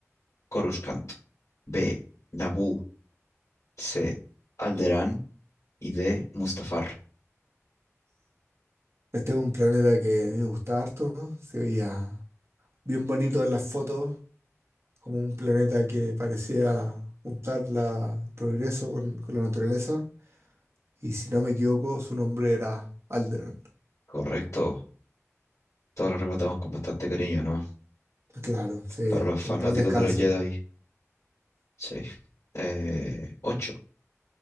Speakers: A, on the left; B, on the right.
A: Coruscant. B. Naboo. C. Alderaan. Y D. Mustafar.
B: Este es un planeta que a mí me gusta harto, ¿no? Se veía bien bonito en las fotos, como un planeta que parecía juntar la, el progreso con, con la naturaleza. Y si no me equivoco, su nombre era Alderaan.
A: Correcto. Todos lo recordamos con bastante cariño, ¿no?
B: Claro, sí,
A: Para los fanáticos
B: en paz descansen.
A: de los Jedi. seis. Eh, ocho.